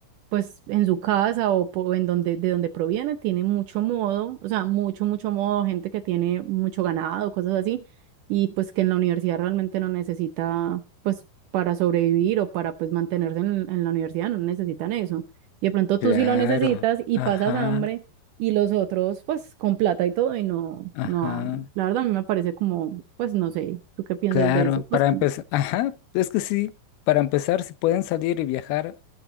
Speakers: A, on the right; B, on the left.
A: pues en su casa o, po- en donde, de donde proviene, tiene mucho modo, o sea, mucho, mucho modo, gente que tiene mucho ganado, cosas así, y pues que en la universidad realmente no necesita, pues para sobrevivir o para pues mantenerse en, en la universidad, no necesitan eso. Y de pronto
B: Claro,
A: tú sí lo necesitas y
B: ajá,
A: pasas hambre y los otros pues con plata y todo y no,
B: ajá,
A: no, la verdad a mí me parece como, pues no sé, ¿tú qué piensas
B: claro,
A: de eso? Pues,
B: para empezar, ajá, es que sí, para empezar, si pueden salir y viajar